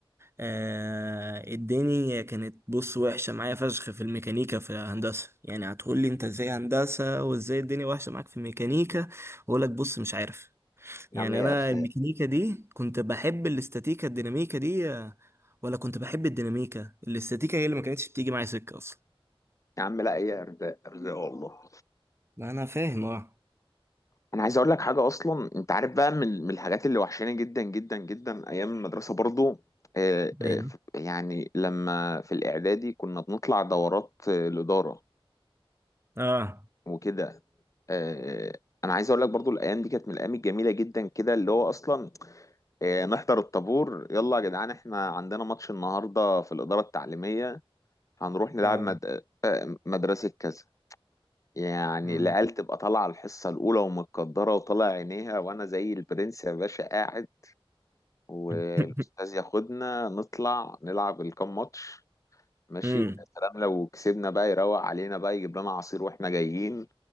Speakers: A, on the right; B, on the left.
A: آه، الدنيا كانت بص وحشة معايا فشخ في الميكانيكا في هندسة يعني هتقول لي أنت إزاي هندسة وإزاي الدنيا وحشة معاك في الميكانيكا أقول لك بص مش عارف
B: يا
A: يعني
B: عم هي
A: أنا
B: أرزاق
A: الميكانيكا دي كنت بحب الاستاتيكا الديناميكا دي آه، ولا كنت بحب الديناميكا الاستاتيكا هي اللي ما كانتش بتيجي معايا سكة أصلا
B: يا عم لا هي أرزاق أرزاق والله
A: ما أنا فاهم أه
B: أنا عايز أقول لك حاجة أصلا أنت عارف بقى من من الحاجات اللي وحشاني جدا جدا جدا أيام المدرسة برضو آه، آه،
A: ايوه
B: ف- يعني لما في الإعدادي كنا بنطلع دورات آه، الإدارة
A: اه
B: وكده آه، انا عايز اقول لك برضو الايام دي كانت من الايام الجميله جدا كده اللي هو اصلا آه، نحضر الطابور يلا يا جدعان احنا عندنا ماتش النهارده في الاداره التعليميه هنروح نلعب
A: اه
B: مد... آه، مدرسه كذا يعني
A: مم.
B: العيال تبقى طالعه الحصه الاولى ومتقدره وطالع عينيها وانا زي البرنس يا باشا قاعد والاستاذ
A: <laughs>
B: ياخدنا نطلع نلعب الكام ماتش ماشي
A: مم.
B: ويا سلام لو كسبنا بقى يروق علينا بقى يجيب لنا عصير واحنا جايين